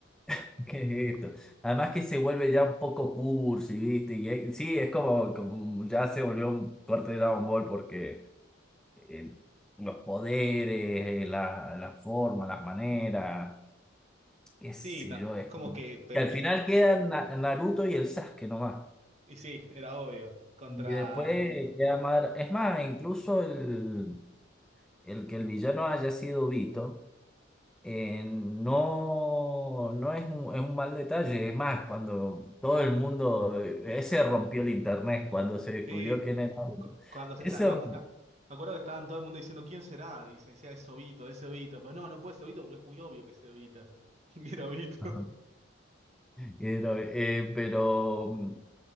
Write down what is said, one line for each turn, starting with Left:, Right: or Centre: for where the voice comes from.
Centre: <laughs> ¿qué es esto? Además que se vuelve ya un poco cursi, ¿viste? Y es- sí, es como, como ya se volvió un corte de Dragon Ball porque eh, los poderes, eh, la, la forma, las maneras, qué sé
Right: Sí, ta-
Centre: yo,
Right: es
Centre: es
Right: como
Centre: como...
Right: que... pe-
Centre: Que
Right: pe-
Centre: al final quedan Na- Naruto y el Sasuke nomás.
Right: Y sí, era obvio. Contra...
Centre: Y después queda Madara. Es más, incluso el, el que el villano haya sido Vito. eh, no, no es un, es un mal detalle. Es más, cuando todo el mundo, eh, ese rompió el internet cuando se descubrió
Right: Sí,
Centre: quién era.
Right: cu- cuando se
Centre: Ese
Right: sa- cuando
Centre: rompió.
Right: ta- me acuerdo que estaban todo el mundo diciendo quién será y se decía es Obito, es Obito, pero no, no puede ser Obito porque es muy obvio que es Obito. <laughs> Y Era Obito.
Centre: Ajá. Pero, eh, pero, mm,